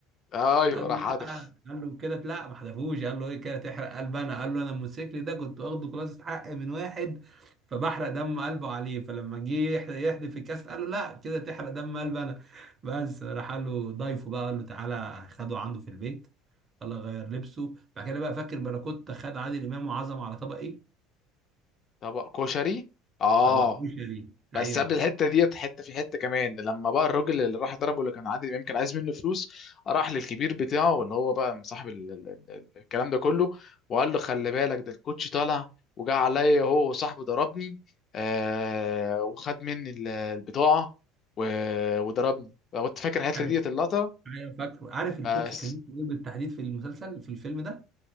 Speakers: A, on the left; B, on the right.
A: ايوه
B: قال
A: راح
B: لا
A: هدف
B: قال له كده لا ما حذفوش قال له ايه كده تحرق قلب انا قال له انا الموتوسيكل ده كنت واخده خلاص حق من واحد فبحرق دم قلبه عليه فلما جه يحد- يحدف الكاس قال له لا كده تحرق دم قلب انا بس راح قال له ضيفه بقى قال له تعالى خده عنده في البيت الله غير لبسه بعد كده بقى فاكر باراكوتا خد عادل امام وعزم على طبق ايه؟
A: طبق كشري اه
B: طبق كشري
A: بس
B: ايوه
A: قبل الحته ديت حته في حته كمان لما بقى الراجل اللي راح ضربه اللي كان عادل امام كان عايز منه فلوس راح للكبير بتاعه اللي هو بقى صاحب ال- ال- ال- الكلام ده كله وقال له خلي بالك ده الكوتش طالع وجا عليا هو وصاحبه ضربني آه وخد مني ال- البطاعه و- وضربني لو انت فاكر الحته
B: عارف
A: ديت اللقطه
B: ايوه فاكره عارف الكوتش
A: بس
B: كان اسمه ايه بالتحديد في المسلسل في الفيلم ده؟